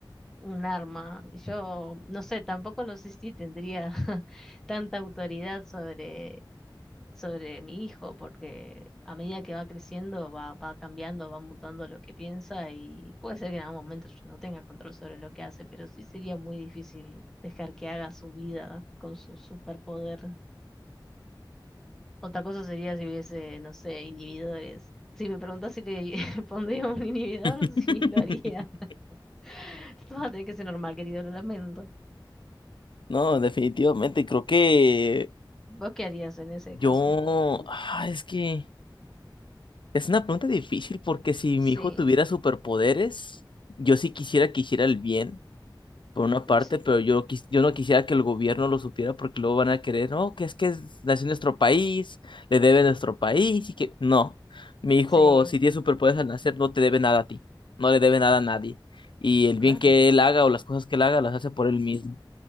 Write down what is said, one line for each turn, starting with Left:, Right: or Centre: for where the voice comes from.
Centre: un arma. Yo no sé, tampoco lo sé si tendría <laughs> tanta autoridad sobre, sobre mi hijo, porque a medida que va creciendo, va, va cambiando, va mutando lo que piensa y puede ser que en algún momento yo no tenga control sobre lo que hace, pero sí sería muy difícil dejar que haga su vida con su superpoder. Otra cosa sería si hubiese, no sé, inhibidores. Si me preguntas si le <laughs> pondría un inhibidor,
Left: <laughs>
Centre: <laughs> sí lo haría. <laughs> Va a tener que ser normal, querido, lo lamento.
Left: No, definitivamente, creo que
Centre: ¿Vos qué harías en ese
Left: yo,
Centre: caso?
Left: ah, es que es una pregunta difícil porque si
Centre: Sí,
Left: mi hijo tuviera superpoderes, yo sí quisiera que hiciera el bien. por una parte,
Centre: sí,
Left: pero yo, quis- yo no quisiera que el gobierno lo supiera porque luego van a querer, no, que es que es- nació en nuestro país, le debe nuestro país y que no, mi hijo,
Centre: sí,
Left: si tiene superpoderes al nacer, no te debe nada a ti, no le debe nada a nadie. Y el
Centre: claro,
Left: bien que él haga o las cosas que él haga las hace por él mismo.